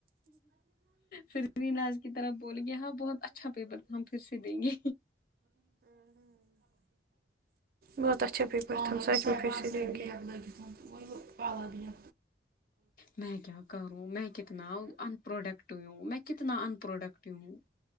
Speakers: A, on the left; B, on the right.
A: فج کی طرف بول گیا ہاں بہت اچھا پیپر تھا ہم پھر سے دیں گے
B: باتس چپی پ سچ میں پھر س <unintelligible>
A: میں کیا کروں میں کتنا ان پروڈکٹو ہوں میں کتنا ان پرروڈکٹ ہوں